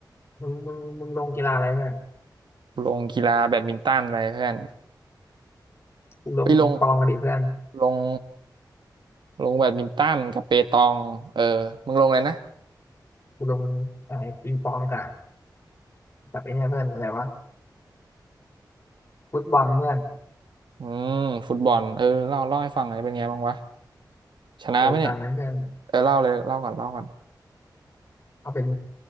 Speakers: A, on the left; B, on the right.
A: มึงมึงมึงลงกีฬาอะไรเพื่อน
B: ลงกีฬาแบดมินตันไปเพื่อน
A: กูลงปิงปองกันดิเพื่อน
B: ไปลงลงลงแบดมินตันกับเปตองเออมึงลงเลยนะ
A: กูลงไอ้ปิงปองกับกับไอ้เนี่ยเพื่อนอะไรวะฟุตบอลเพื่อน
B: อืมฟุตบอลเออเล่าเล่าให้ฟังหน่อยเป็นไงบ้างวะชนะปะเนี่ย
A: ไอ้ตอนนั้นเพื่อน
B: เออเล่าเลยเล่าก่อนเล่าก่อน
A: เอาเป็น